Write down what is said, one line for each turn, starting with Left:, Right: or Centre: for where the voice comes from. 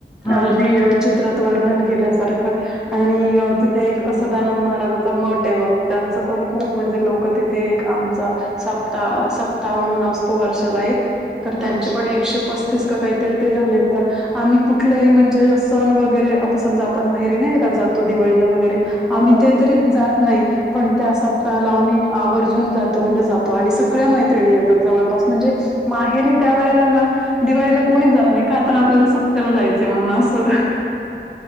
Left: हो
Centre: अगदी
Left: ना.
Centre: चित्रात वर्णन केल्यासारखं आणि तिथे सदानंद महाराजाचा मट आहे बघ, त्यांचं पण खूप
Left: हो,
Centre: म्हणजे लोक तिथे ते एक आमचा सप्ताह सप्ताह म्हणून असतो वर्षाला एक तर त्यांची
Left: अच्छा.
Centre: पण एकशे पस्तीस का काहीतरी ते झालेत तर आम्ही कुठलंही म्हणजे सण वगैरे, आता समजा आपण माहेरी नाही का जातो दिव वगैरे आम्ही
Left: हो.
Centre: ते तरी जात नाही. पण त्या सप्ताहाला आम्ही आवर्जून जातो म्हणजे जातो आणि सगळ्या मैत्रिणी येतात जवळपास म्हणजे माहेरी त्या वेळेला ना दिवाळीला कोणीच जात नाही, का तर आपल्याला सप्त्याला जायचं म्हणून असं.